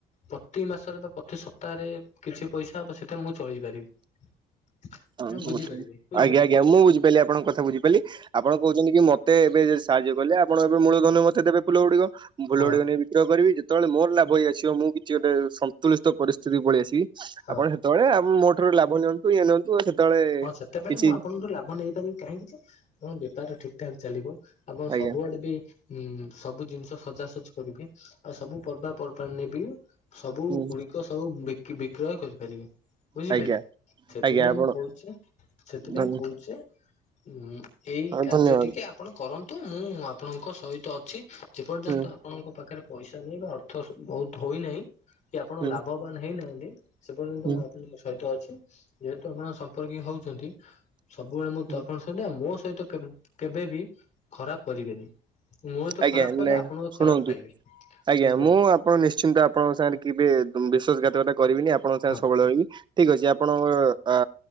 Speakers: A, on the left; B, on the right.
A: ପ୍ରତି ମାସରେ ବା ପ୍ରତି ସପ୍ତାହରେ କିଛି ପଇସା ହବ ସେଟା ମୁ ଚଳି ପାରିବି। ଆପଣ
B: ଆଉ କୁହନ୍ତୁନୀ
A: ବୁଝିପାରିବେ ବୁଝିପାରିବେ
B: ଆଜ୍ଞା ଆଜ୍ଞା ମୁଁ ବୁଝିପାରିଲ ଆପଣଙ୍କ କଥା ବୁଝିପାରିଲି। ଆପଣ କହୁଛନ୍ତି। କି ମତେ ଏବେ ଯଦି ସାହାଯ୍ୟ କଲେ ଆପଣ ଏବେ ମୂଳ ଧନରୁ ମତେ ଦେବେ ଫୁଲ ଗୁଡିକ। ମୁଁ ଫୁଲ
A: ହଁ
B: ଗୁଡିକ ନେଇ ବିକ୍ରୟ କରିବି ଯେତେବେଳେ ମୋର ଲାଭ ହେଇ ଆସିବ। ମୁଁ କିଛି ଗୋଟେ ସନ୍ତୁଳିସ୍ତ ପରିସ୍ଥିତି କୁ ପଳେଇ ଆସିବି।
A: ହଁ।
B: ଆପଣ ସେତେବେଳେ ଆମ ମୋ ଠାରୁ ଲାଭ ନିଅନ୍ତୁ ଇଏ ନିଅନ୍ତୁ ଆଉ ସେତେବେଳେ।
A: ହଁ, ସେତେବେଳେ
B: କିଛି
A: ମୁଁ ଆପଣଠୁ ଲାଭ ନେଇପାରିବି। କାହିଁକି ଯେ ଆପଣଙ୍କ ବେପାର ଠିକ ଠାକ ଚାଲିବ। ଆପଣ
B: ଆଜ୍ଞା
A: ସବୁଆଡେ ବି। ହୁଁ ସବୁ ଜିନିଷ ସଜା ସଜି କରିବେ ଆଉ ସବୁ ପର୍ବା ପର୍ବାଣିରେ ବି। ସବୁ
B: ହୁଁ
A: ଗୁଡିକ ସବୁ ବିକି ବିକ୍ରୟ କରିପାରିବେ ବୁଝିପାରିଲେ
B: ଆଜ୍ଞା
A: ସେଥିପାଇଁ
B: ଆଜ୍ଞା ଆପଣ
A: ମୁଁ କ ଆଛା ସେଥିପାଇଁ
B: ଧନ୍ୟ
A: କହୁଛେ‌ ଉଁ ଏଇ କାର୍ଯ୍ୟ
B: ଧନ୍ୟବାଦ
A: ଟିକେ ଆପଣ। କରନ୍ତୁ ମୁଁ ଆପଣଙ୍କ ସହିତ ଅଛି ଯେପର୍ଯ୍ୟନ୍ତ
B: ହୁଁ
A: ଆପ ଆପଣଙ୍କ ପାଖରେ ପଇସା ନାହିଁ। ବା ଅର୍ଥ ବହୁତ ହୋଇନାହିଁ। କି ଆପଣ
B: ହୁଁ
A: ଲାଭବାନ ହେଇନାହାନ୍ତି। ସେ ପର୍ଯ୍ୟନ୍ତ
B: ହୁଁ
A: ମୁଁ ଆପଣଙ୍କ ସହିତ ଅଛି ଯେହେତୁ ଆପଣ ସମ୍ପର୍କୀୟ ହଉଛନ୍ତି। ସବୁବେଳେ ମୁଁ
B: ହୁଁ
A: ତ ଆପଣଙ୍କ ସହିତ ଆଉ ମୋ ସହିତ କେବେବି ଖରାପ କରିବେନି। ମୋ ସହିତ
B: ଆଜ୍ଞା
A: ଖରାପ କଲେ
B: ନାଇଁ
A: ଆପଣ ବି ଖରାପ
B: ଶୁଣନ୍ତୁ
A: ପାଇଲେ ବୁଝିପାରିଲେ।
B: ଆଜ୍ଞା ମୁଁ ଆପଣ ନିଶ୍ଚିନ୍ତ ଆପଣଙ୍କ ସାଙ୍ଗରେ କେବେ ବିଶ୍ୱାସଘାତକଟା କରିବିନି ଆପ ଆପଣଙ୍କ ସାଙ୍ଗେ
A: ହଁ
B: ସବୁବେଳେ ରହିବି ଠିକ ଅଛି ଆପଣଙ୍କ ଆ